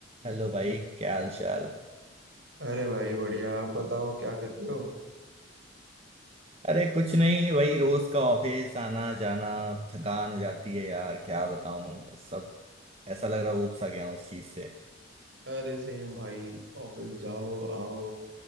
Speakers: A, on the right; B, on the right.
A: हेलो भाई क्या हाल चाल
B: अरे भाई बढ़िया आप बताओ क्या कर रहे हो
A: अरे कुछ नहीं वही रोज का ऑफिस आना जाना थकान हो जाती है यार क्या बताऊं सब ऐसा लग रहा है ऊब सा गया हूं इस चीज से
B: अरे सेम भाई ऑफिस जाओ आओ